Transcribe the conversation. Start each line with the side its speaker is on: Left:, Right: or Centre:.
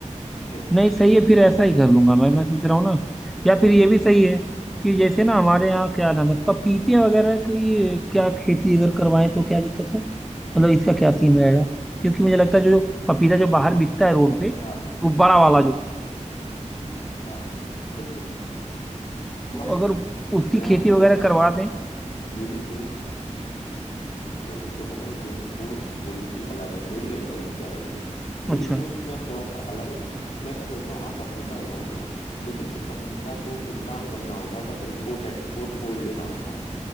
Left: <laughs>
Centre: नहीं सही है फिर ऐसा ही कर लूंगा मैं मैं सोच रहा हूँ ना या फिर ये भी सही है कि जैसे ना हमारे यहाँ क्या नाम है पपीते वगैरह की क्या खेती अगर करवाएं तो क्या दिक्कत है मतलब इसका क्या सीन रहेगा क्योंकि मुझे लगता है जो जो पपीता जो बाहर
Left: आपको
Centre: बिकता है रोड
Left: बहुत
Centre: पे
Left: अच्छा
Centre: वो बड़ा वाला जो
Left: हाँ बिल्कुल
Centre: तो
Left: भाई
Centre: अगर वो- उसकी
Left: मैं आपको
Centre: खेती वगैरह
Left: बताऊं
Centre: करवा
Left: ना
Centre: दें
Left: मेरी सोच बिल्कुल देखो भाई मेरी सोच थोड़ी सी अलग है मेरी एडवाइस क्या रहेगी मेरी
Centre: अच्छा
Left: सोच में थोड़ा सा अलग है मैं क्या सोचता हूँ आप पपीता उगा रहे हो लेकिन तो पपीता को एक काम करना होता है बस इम्पोर्ट एक्सपोर्ट कोड लेना होता है